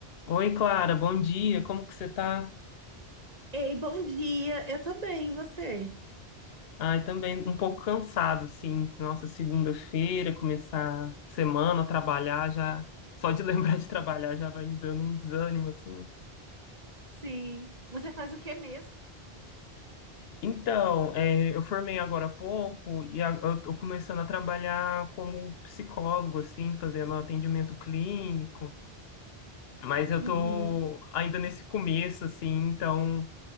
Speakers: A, on the left (about 70°); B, on the right (about 40°).
A: Oi, Clara, bom dia. Como que você tá?
B: Ei, bom dia. Eu tô bem, e você?
A: Ai, também um pouco cansado, sim. Nossa, segunda-feira, começar semana, trabalhar já. Só de <laughs> lembrar de trabalhar já vai me dando um desânimo, assim.
B: Sim. Você faz o que mesmo?
A: Então, é, eu formei agora há pouco e a- eu tô começando a trabalhar como psicólogo, assim, fazendo atendimento clínico. Mas eu
B: Uhum,
A: tô ainda nesse começo, assim, então.